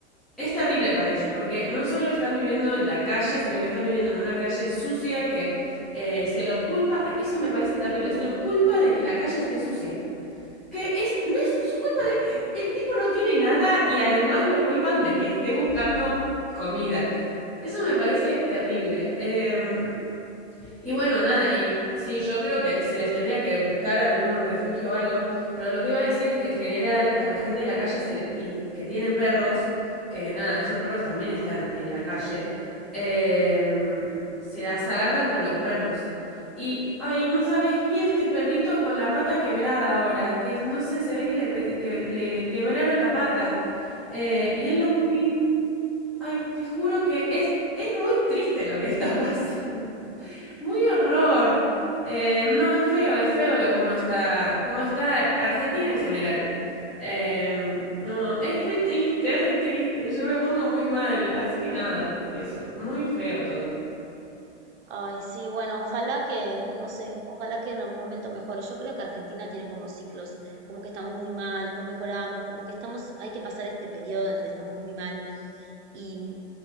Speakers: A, in the centre; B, on the right.
A: es terrible para ellos, porque no solo están viviendo en la calle, sino que están viviendo en una calle sucia que eh, se los culpa, ah, eso me parece terrible, se los culpa de que la calle esté sucia. Que es, no es su culpa de que el tipo no tiene nada y además lo culpan de que esté buscando comida. Eso me parece terrible. Em, y bueno, nada, y sí, yo creo que se les tendría que buscar algún refugio o algo, pero lo que iba a decir es que en general a la gente de la calle se- y que tienen perros, que nada, esos perros también están en la calle, eh, se las agarran con los perros. Y, ay, no sabes, vi este perrito con la pata quebrada ahora, que no sé, se ve que le, pe- que le- le quebraron la pata. Eh, y él lo cuida. Ay, te juro que es, es muy triste lo que está <laughs> pasando. Muy horror. Eh, no, es feo, es feo lo cómo está, cómo está Argentina en general. Eh, no, es re triste, es re triste. Yo me pongo muy mal. Así que nada, eso. Muy feo todo.
B: Ay, sí, bueno, ojalá que, no sé, ojalá que en algún momento mejore. Yo creo que Argentina tiene como ciclos, como que estamos muy mal, después mejoramos, como que estamos, hay que pasar este periodo donde estamos muy mal y